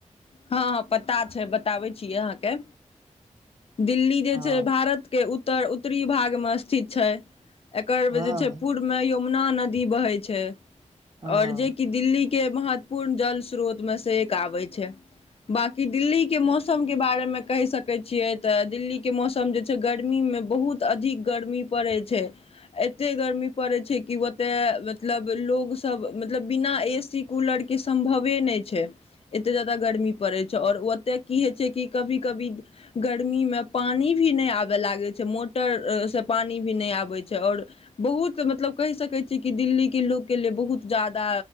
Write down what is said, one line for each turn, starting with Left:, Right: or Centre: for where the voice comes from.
Left: हँ हँ पता छै बताबै छियै अहाँके दिल्ली जे
Right: हँ
Left: छै भारत के उत्तर उत्तरी भागमे स्थित छै एकर
Right: हँ
Left: जे छै पूर् में यो यमना नदी बहै छै
Right: हँ
Left: आओर जे कि दिल्ली के महत्वपूर्ण जल स्रोत मे से एक आबै छै। बाकी दिल्लीके मौसमके बारेमे कहि सकैत छियै त दिल्लीके मौसम जे छै गर्मीमे बहुत अधिक गर्मी पड़ैत छै एतेक गर्मी पड़ैत छै कि ओतय मतलब लोकसब मतलब बिना ए सी कुलरके सम्भवे नहि छै। एतेक जे जादा गर्मी पड़ै छै आओर ओतय की होइ छै कि कभी कभी गर्मीमे पानि भी नहि आबय लागै छै मोटर से पानी भी नहि आबै छै आओर बहुत मतलब कहि सकै छियै कि दिल्लीे लोकोके लिए बहुत जादा